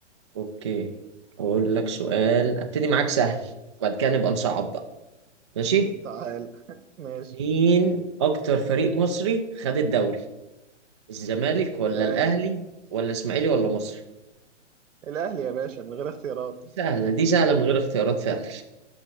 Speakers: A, on the right; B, on the right.
A: اوكي اقول لك سؤال ابتدي معاك سهل وبعد كده نبقى نصعب بقى ماشي
B: <laughs> تعال <laughs> ماشي
A: مين اكتر فريق مصري خد الدوري الزمالك ولا
B: آه.
A: الاهلي ولا اسماعيلي ولا مصر
B: الأهلي يا باشا من غير اختيارات
A: دي سهله دي سهله من غير اختيارات فعلا